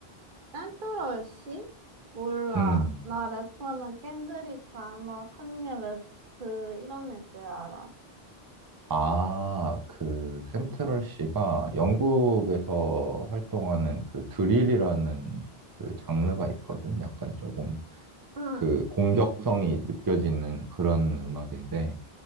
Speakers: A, on the right; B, on the right.
A: 센트럴 씨? 몰라.
B: 음.
A: 나 래퍼는 켄드릭 라마, 칸예 웨스트 이런 애들 알아.
B: 아, 그 센트럴 씨가 영국에서 활동하는 그 드릴이라는 그 장르가 있거든. 약간 조금
A: 응.
B: 그 공격성이 느껴지는 그런 음악인데